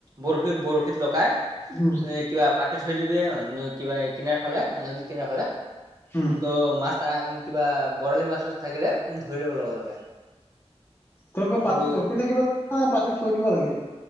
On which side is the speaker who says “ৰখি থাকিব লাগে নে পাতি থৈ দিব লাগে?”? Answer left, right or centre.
Left